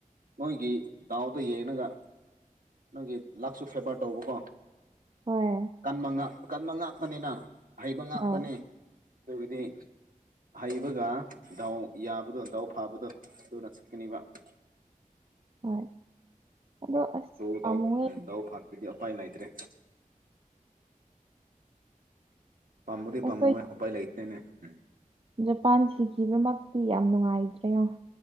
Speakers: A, on the right; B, on the right.
A: ꯃꯣꯏꯒꯤ ꯗꯥꯎꯗꯣ ꯌꯦꯡꯉꯒ ꯅꯪꯒꯤ ꯂꯛꯁꯨ ꯐꯦꯕ꯭ꯔ ꯇꯧꯑꯣꯀꯣ
B: ꯍꯣꯏ
A: ꯀꯟꯕꯉꯥꯛ ꯀꯟꯕꯉꯥꯛ ꯇꯅꯤꯅ ꯍꯩꯕ ꯉꯥꯛꯇꯅꯤ
B: ꯍꯣꯏ
A: ꯑꯗꯨꯒꯤꯗꯤ ꯍꯩꯕꯒ ꯗꯥꯎ ꯌꯥꯕꯗꯣ ꯗꯥꯎ ꯐꯥꯕꯗꯣ ꯊꯨꯅ <inaudible>
B: ꯍꯣꯏ ꯑꯗꯣ
A: <inaudible>
B: ꯑꯁ ꯄꯥꯝꯃꯨꯌꯦ
A: ꯎꯝ ꯗꯧ ꯐꯥꯠꯄꯒꯤ ꯎꯄꯥꯏ ꯂꯩꯇ꯭ꯔꯦ ꯄꯥꯝꯕꯨꯗꯤ
B: ꯑꯩꯈꯣꯏ
A: ꯄꯥꯝꯃꯨꯏꯑꯦ ꯎꯄꯥꯏ ꯂꯩꯇꯦꯅꯦ ꯎꯝ
B: ꯖꯄꯥꯟ ꯁꯤꯈꯤꯕꯃꯛꯇꯤ ꯌꯥꯝ ꯅꯨꯡꯉꯥꯏꯇ꯭ꯔꯦꯉꯣ